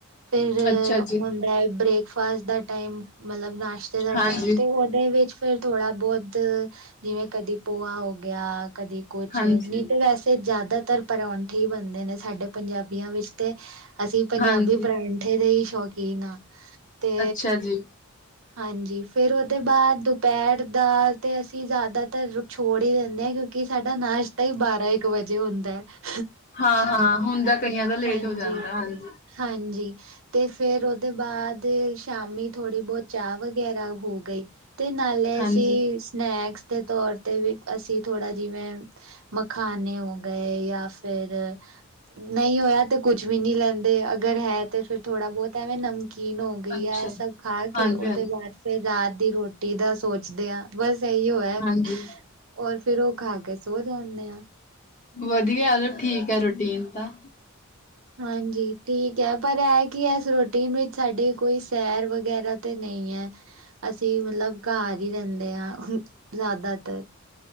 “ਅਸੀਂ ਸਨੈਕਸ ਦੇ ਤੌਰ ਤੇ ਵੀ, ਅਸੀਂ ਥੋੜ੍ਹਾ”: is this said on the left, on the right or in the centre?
Right